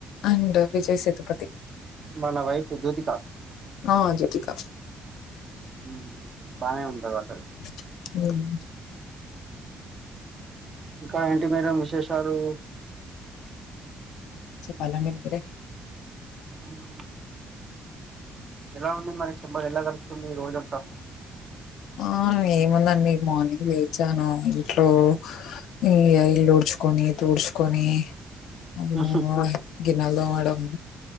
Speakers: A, on the left (about 85°); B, on the right (about 40°).
A: అండ్ విజయ్ సేతుపతి
B: వాళ్ళ వైఫ్ జ్యోతిక
A: ఆ జ్యోతిక
B: ఉ బానే ఉంటాది వాల్
A: అ
B: ఇంకా ఏంటి మేడం విశేష్ టారూ
A: చే అలానేంలే
B: మ్మ్ ఎలా ఉంది మరి సమ్మర్ ఎలా గడుస్తుంది రోజంతా
A: ఆ ఏముందండి మార్నింగ్ లేచాను ఇంట్లో ఈ ఇల్లు ఉడ్చుకొనీ తుడ్చుకొనీ అమ్మె
B: మ్మ్
A: గిన్నలు తోమడం అవును